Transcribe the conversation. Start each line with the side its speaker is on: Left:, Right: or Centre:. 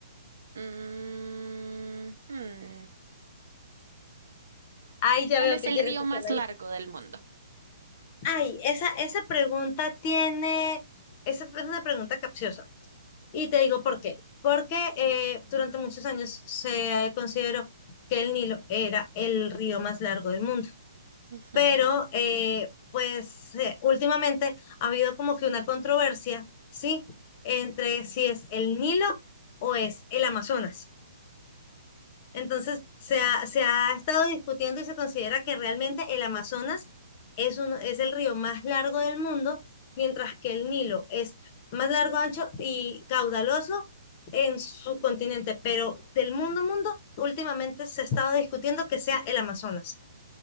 Right: mm, hmm,
Left: Ay, ya
Right: cuál
Left: veo
Right: es
Left: que
Right: el
Left: quieres
Right: río
Left: hacerla
Right: más
Left: difícil.
Right: largo del mundo?
Left: Ay, esa, esa pregunta tiene, esa es una pregunta capciosa. Y te digo por qué. Porque eh, durante muchos años se consideró que el Nilo era el río más largo del mundo.
Right: Ujú.
Left: Pero, eh, pues, eh, últimamente ha habido como que una controversia, ¿sí? Entre si es el Nilo o es el Amazonas. Entonces, se ha, se ha estado discutiendo y se considera que realmente el Amazonas es un, es el río más largo del mundo, mientras que el Nilo es más largo, ancho y caudaloso en su continente, pero del mundo, mundo, últimamente se ha estado discutiendo que sea el Amazonas.